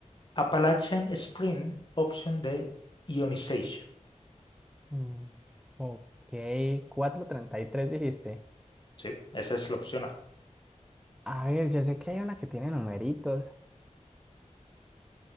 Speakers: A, on the left; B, in the centre.
A: Appalachian Spring. Opción D, Ionization.
B: Mm, ok, 433 dijiste.
A: Sí, esa es la opción A.
B: A ver, yo sé que hay una que tiene numeritos.